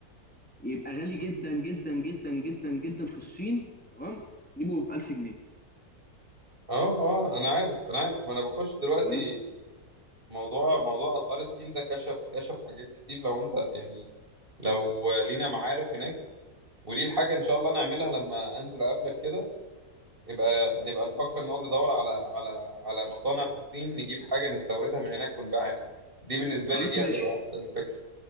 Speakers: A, in the centre; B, on the right.
A: يبقى غالي جدا جدا جدا جدا جدا في الصين تمام يجيبه ب 1000 جنيه
B: اه اه انا عارف انا عارف ما انا بخش دلوقتي
A: فاهم
B: موضوع موضوع اسعار السين ده كشف كشف حاجات كتير لو انت يعني لو لينا معارف هناك ودي الحاجة ان شاء الله نعملها لما انزل اقابلك كده يبقى نبقى نفكر نقعد ندور على على على مصانع في الصين نجيب حاجة نستوردها من هناك ونبيعها هنا دي بالنسبة
A: خلاص
B: لي دي
A: ماشي
B: هتبقى احسن فكرة